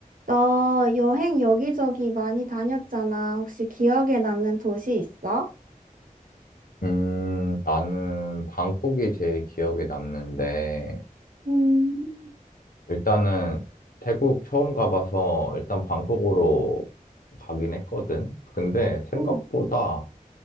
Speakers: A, on the right; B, on the left.
A: 너 여행 여기저기 많이 다녔잖아. 혹시 기억에 남는 도시 있어?
B: 음, 나는 방콕이 제일 기억에 남는데,
A: 음,
B: 일단은 태국 처음 가봐서 일단 방콕으로 가긴 했거든. 근데 생각보다
A: 응.